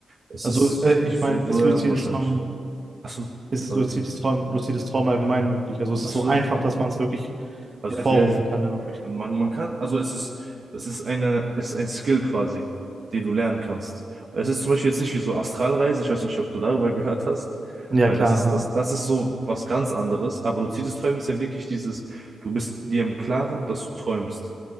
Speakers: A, on the right; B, on the right.
A: es
B: Also
A: ist so,
B: äh, ich meine,
A: so sehr
B: ist luzides
A: unwahrscheinlich.
B: Traum,
A: Achso,
B: ist es
A: oder
B: luzides
A: was?
B: Traum, luzides Traum allgemein möglich? Also ist
A: Achso.
B: es so einfach, dass man es wirklich
A: Also
B: hervorrufen
A: ja, ja.
B: kann, wenn man möchte?
A: man, man kann, also es ist, es ist eine, es ist ein Skill quasi, den du lernen kannst. Es ist zum Beispiel jetzt nicht wie so Astralreise, ich weiß nicht, ob du darüber <laughs> gehört hast,
B: Ja,
A: weil
B: klar.
A: das ist, das, das ist so was ganz anderes. Aber luzides Träumen ist ja wirklich dieses, du bist dir im Klaren, dass du träumst.